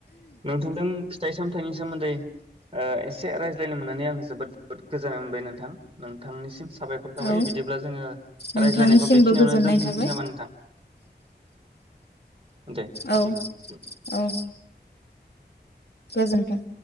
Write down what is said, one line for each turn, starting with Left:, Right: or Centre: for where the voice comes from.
Right: नोंथांजों फिथाइ सामथाइनि सोमोन्दै ओ एसे रायज्लायनो मोननानै आं जोबोद जोबोद गोजोननाय मोनबाय नोंथां नोंथांनिसिम साबायखर थाबाय
Left: औ
Right: बिदिब्ला जोङो।
Left: नोंथांनिसिमबो
Right: रायज्लायनायखौ बेखिनियावनो
Left: गोजोननाय
Right: दोनथ'नोसै
Left: थाबाय।
Right: नामा नोंथां दे बिदिब्ला
Left: औ औ। गोजोनथों।